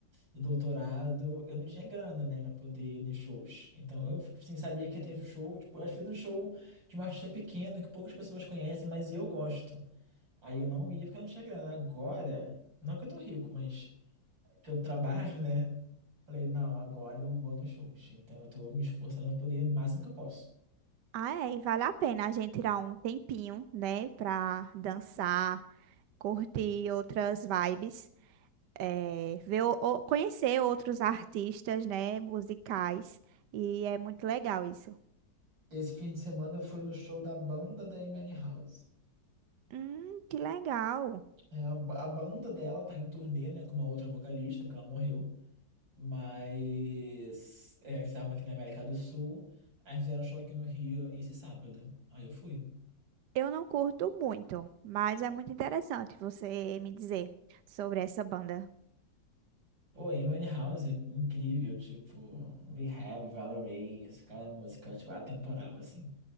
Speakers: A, on the right (about 90°); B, on the right (about 70°).
A: do doutorado, eu não tinha grana, né, pra poder ir em shows. Então eu, assim, sabia que ia ter show, tipo, às vezes um show de um artista pequeno que poucas pessoas conhecem, mas eu gosto. Aí eu não ia porque eu não tinha grana. Agora, não que eu tô rico, mas que eu trabalho, né? Falei, não, agora eu vou nos shows. Então eu tô me esforçando pra poder ir no máximo que eu posso.
B: Ah, é, e vale a pena a gente tirar um tempinho, né, pra dançar, curtir outras vibes, eh, ver, o- o- conhecer outros artistas, né, musicais, e é muito legal isso.
A: Esse fim de semana eu fui no show da banda da Amy House.
B: Hum, que legal.
A: a, a banda dela tá em turnê, né, com uma outra vocalista, porque ela morreu. Mas é, estavam aqui na América do Sul, aí fizeram um show aqui no Rio esse sábado. Aí eu fui.
B: Eu não curto muito, mas é muito interessante você me dizer sobre essa banda.
A: Pô, Amy House, incrível, tipo, Rehab, Valorous, cada música, tipo, atemporal, assim.